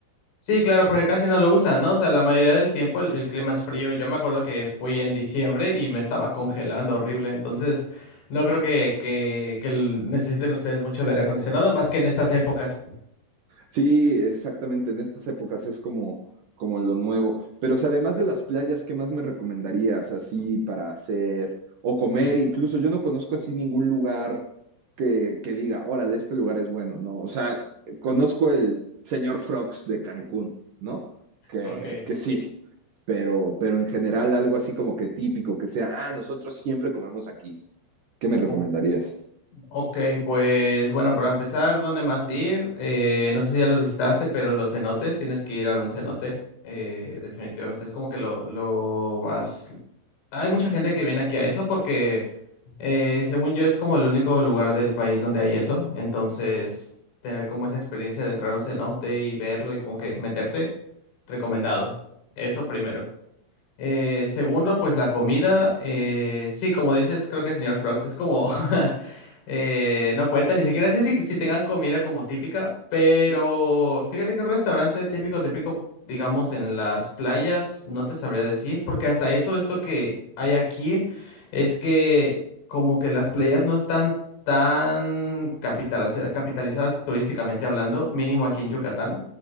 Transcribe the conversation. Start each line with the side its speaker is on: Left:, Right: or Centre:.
Left: Sí, claro, porque casi no lo usan, ¿no? O sea, la mayoría del tiempo el, el clima es frío. Yo me acuerdo que fui en diciembre y me estaba congelando horrible. Entonces, no creo que, que, que el- necesiten ustedes mucho el aire acondicionado, más que en estas épocas.
Right: Sí, exactamente, en estas épocas es como, como lo nuevo. Pero, o sea, además de las playas, ¿qué más me recomendarías así para hacer o comer?
Left: Ah,
Right: Incluso yo no conozco así ningún lugar que, que diga, órale, este lugar es bueno, ¿no? O sea, conozco el señor Frogs de Cancún, ¿no? Que,
Left: Ok.
Right: que sí, pero, pero en general algo así como que típico, que sea, ah, nosotros siempre comemos aquí. ¿Qué me recomendarías?
Left: O- ok, pues bueno, para empezar, ¿dónde más ir? Eh, no sé si ya los visitaste, pero los cenotes, tienes que ir a un cenote. eh, definitivamente es como que lo, lo más... Hay mucha gente que viene aquí a eso porque Eh, según yo es como el único lugar del país donde hay eso, entonces tener como esa experiencia de entrar a un cenote y verlo y como que meterte, recomendado. Eso primero. Eh, segundo, pues la comida, eh, sí, como dices, creo que el señor Frogs es como, <laughs> eh, no cuenta, ni siquiera sé si, si tengan comida como típica, pero fíjate que un restaurante típico, típico, digamos, en las playas, no te sabría decir, porque hasta eso, esto que hay aquí, es que como que las playas no están tan capitaliz- capitalizadas turísticamente hablando, mínimo aquí en Yucatán